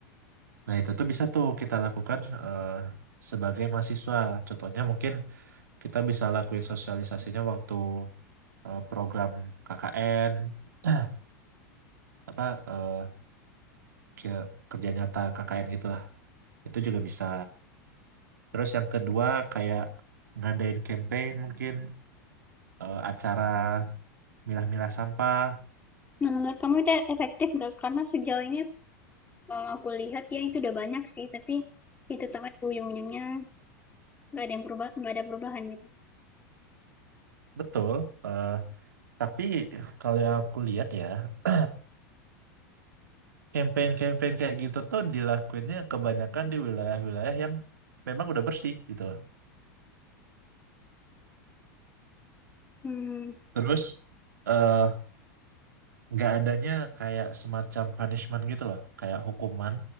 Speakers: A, on the right; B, on the left.
A: Nah itu tuh bisa tuh kita lakukan eh, sebagai mahasiswa. Contohnya mungkin kita bisa lakuin sosialisasinya waktu eh, program KKN <clears throat> apa eh, ke- kerja nyata KKN gitulah itu juga bisa terus yang kedua kayak ngadain campaign mungkin eh, acara milah-milah sampah
B: Nah, menurut kamu itu efektif nggak? Karena sejauh ini kalau aku lihat ya itu udah banyak sih, tapi itu tetap aja ujung-ujungnya nggak ada yang berubah, nggak ada perubahan gitu.
A: betul eh, tapi kalau yang aku lihat ya <clears throat> campaign-campaign kayak gitu tuh dilakuinnya kebanyakan di wilayah-wilayah yang memang udah bersih gitu loh
B: Hmm,
A: terus eh, nggak adanya kayak semacam punishment gitu loh kayak hukuman